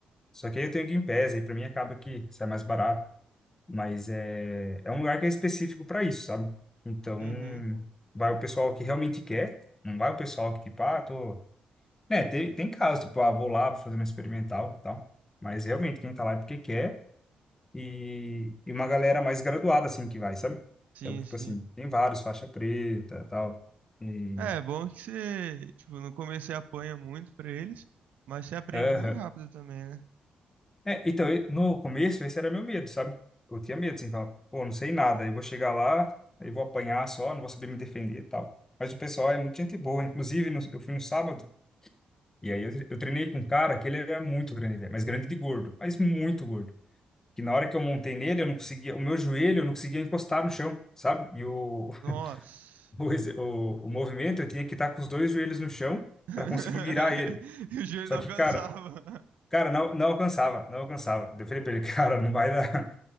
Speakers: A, on the left (about 20°); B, on the right (about 80°).
A: Só que aí eu tenho Game Pass, aí para mim acaba que sai mais barato, mas é é um lugar que é específico para isso, sabe? Então,
B: Uhum.
A: vai o pessoal que realmente quer, não vai o pessoal que tipo, ah, tô, né, tem tem casos tipo, ah, vou lá, vou fazer uma experimental, e tal. Mas realmente quem tá lá é porque quer e e uma galera mais graduada assim que vai, sabe?
B: Sim,
A: Então, tipo
B: sim.
A: assim, tem vários faixa preta, tal. E
B: É, é bom que você, tipo, no começo você apanha muito pra eles, mas você aprende
A: Aham.
B: mais rápido também, né?
A: É, então, e- no começo, esse era meu medo, sabe? Eu tinha medo, assim, falar, pô, não sei nada, eu vou chegar lá, aí vou apanhar só, não vou saber me defender e tal. Mas o pessoal é muito gente boa, inclusive no- eu fui no sábado, e aí eu, tre- eu treinei com um cara que ele era muito grande, velho, mas grande de gordo, mas muito gordo. Que na hora que eu montei nele, eu não conseguia, o meu joelho, eu não conseguia encostar no chão, sabe? E o, <laughs>
B: Nossa.
A: o, exe- o, o movimento, eu tinha que estar com os dois joelhos no chão
B: <laughs>
A: para conseguir virar ele.
B: e o joelho
A: Só
B: não
A: que,
B: alcançava.
A: cara, Cara, não, não alcançava, não alcançava. Daí Eu falei pra ele, <laughs> cara, não vai dar.